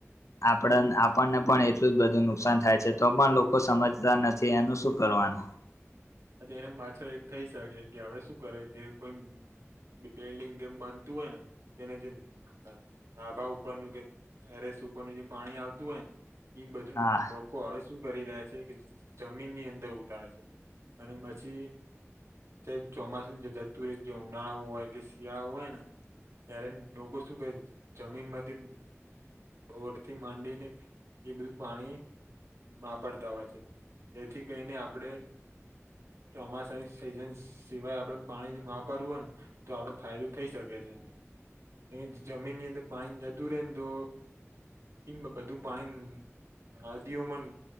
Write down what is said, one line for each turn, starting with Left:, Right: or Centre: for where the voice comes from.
Left: આપ આપણને પણ એટલું જ બધું નુકસાન થાય છે, તો પણ લોકો સમજતા નથી, એનું શું કરવાનું
Right: એને માછળ એક થઇ શકે કે હવે, શું કરે જે કોઈ બિલ્ડિંગ, જેમ બનતું હોય, ને તેને જે ડાબા ઉપરનું કેરે તેરસ સુરનું જેમ પાણી આવતું હોય, ને એ બધું
Left: હા
Right: લોકો હવે, શું કરી રહ્યા છેકે, જમીનની અંદર ઉતારે છે અને પછી જે ચોમાસું જે ધતુર જે ઉનાળો હોય, કે શિયાળા હોય ને ત્યારે, લોકો શું ક જમીનમાંથી પરથી માંડીને, એ બધું પાણી વાપરતા હોય છે, તેથી કરીહીને આપણેે ચોમાસાની સિઝન સિવાય આપડ પાણી વાપરવું હોય, ને તો આપડ ફાયદો થઈ શકે છે. એ જમીનની અંદર પાણી જતું, રે ને તો એમ બધું પાણી હ, હ દ ઉમન